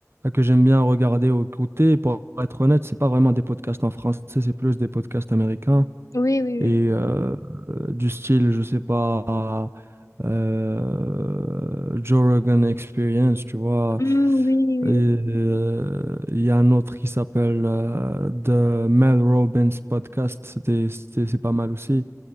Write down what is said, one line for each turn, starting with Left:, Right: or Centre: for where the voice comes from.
Right: que j'aime bien regarder ou écouter, pour être honnête, c'est pas vraiment des podcasts en français, c'est plus des podcasts américains
Left: oui, oui,
Right: et euh, euh, du style, je sais pas, euh, Joe Rogan Experience, tu vois.
Left: Mmh, oui. Hmm, oui, oui,
Right: Et, euh, Il y a un autre qui s'appelle euh, The Mel Robbins Podcast, c'était, c'était- c'est pas mal aussi.